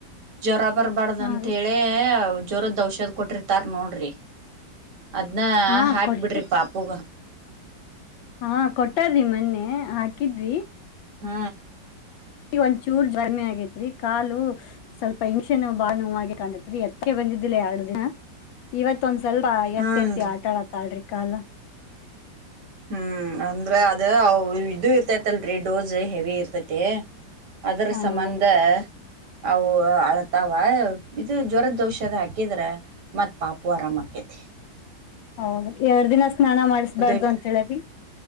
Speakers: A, on the right (about 60°); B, on the left (about 85°).
A: ಜ್ವರ ಬರ್ಬಾರ್ದ
B: ಹಾ
A: ಅಂತ
B: ರೀ
A: ಹೇಳೆ ಜೋರದ್ ಔಷದ್ ಕೊಟ್ಟಿರ್ತಾರ ನೋಡ್ರಿ. ಅದ್ನ
B: ಹಾ
A: ಹಾಕಿ
B: ಕೊಟ್ಟ
A: ಬಿಡ್ರಿ ಪಾಪುಗ.
B: ಹಾ ಕೊಟ್ಟಾರಿ ಮೊನ್ನೆ ಹಾಕಿದ್ವಿ.
A: ಹ
B: ಒಂಚೂರ್ ಜ್ವರ್ಮಿ ಆಗೈತ್ರಿ ಕಾಲು ಸ್ವಲ್ಪ ಇಂಜಿಕ್ಷನ್ ಬಾಳ್ ನೋವು ಆಗೆ ಕಾಣತೈತ್ರಿ ಅದಕ್ಕೆ ಬಂದಿದ್ದಿಲ್ಲ ಯಾಡ್ ದಿನ ಇವತ್ತ ಒಂದ್ ಸ್ವಲ್ ಸ್ವಲ್ಪ
A: ಹಾನ್ರಿ
B: ಎತ್ತಿ ಎತ್ತಿ ಆಟ ಆಡ್ತಾಳ್ರೀ. ಕಾಲ
A: ಹ್ಮು ಅಂದ್ರ ಅದ ಅವ್ ಇದು ಇರ್ತೈತಲ್ರಿ ಡೋಸ್ ಹೆವಿ ಇರ್ತೈತಿ. ಅದರ
B: ಹ್ಮ್
A: ಸಂಬಂಧ ಅವು ಅಳತಾವ ಇದು ಜ್ವರದ ಔಷದ ಹಾಕಿದ್ರ ಮತ್ ಪಾಪು ಆರಾಮ ಆಕ್ಕೇತಿ.
B: ಹೌದ ಎರಡ್ ದಿನ ಸ್ನಾನ ಮಾಡಿಸಬಾರ್ದು
A: ಇಟ್ರ
B: ಅಂತ ಹೇಳ್ಯಾರಿ